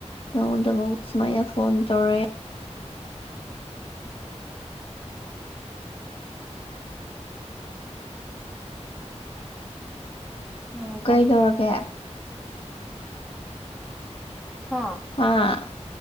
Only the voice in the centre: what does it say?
ꯎꯝ ꯌꯧꯔꯕ
ꯍꯥ